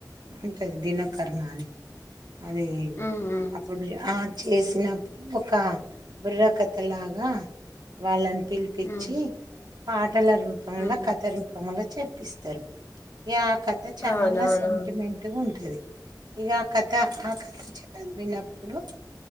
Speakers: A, on the right (about 70°); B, on the left (about 35°).
A: ఉంటుది దినకర్మా అని అదే
B: ఉమ్ ఉమ్
A: అప్పుడు ఆ చేసినప్పుడు ఒక బుర్రకథ లాగా వాళ్ళన్ పిల్పిచ్చి
B: ఉమ్ ఉమ్
A: పాట్ టల రూపంలో
B: ఉమ్,
A: కథ రూపంలో చెప్పిస్తారు యా కథ చాలా
B: అవునవును
A: సెంటిమెంట్ ఉంటది ఇగా కథ ఆ కథ చెప్పేది విన్నప్ ప్పుడు